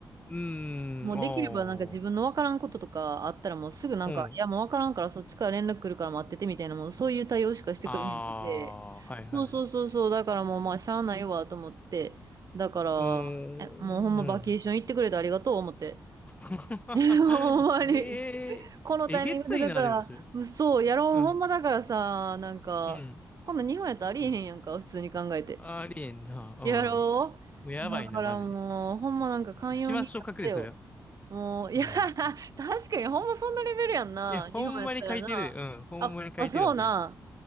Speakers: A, on the left (about 20°); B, on the right (about 50°).
A: うーん。
B: もうできればなんか自分のわからんこととかあったらもうすぐなんか、
A: おー。うん。
B: いやもうわからんからそっちから連絡来るから待っててみたいな、もうそういう対応しかしてくれへんくて、
A: あー。はいはいはい。
B: そうそうそうそう、だからもうまあしゃあないわと思って、だか
A: うーん。
B: ら、え、もうほんまバケーション行ってくれてありがとう思って。
A: うん。<laughs>
B: <laughs> ほんまに。
A: えー、
B: このタイミングでだから、
A: えげついな、でもそれ。
B: そう、やろう、
A: うん。
B: ほんまだからさ、なんか、
A: うん。
B: こんなん日本やったらありえへんやんか、
A: うん。
B: 普通に考えて。
A: ありえんな。
B: やろうだからもう、
A: もうやばいな、マジで。
B: ほんまなんか寛容になってよ。
A: しましょう、書くで、そりゃ。
B: もう、いや、
A: うん。
B: <laughs> 確かにほんまそんなレベルやんな。
A: いや、ほんまに書いてるで。
B: 日本やったらな。
A: うん。ほんまに書いてるわ、
B: あ、あ、そうな。
A: それ。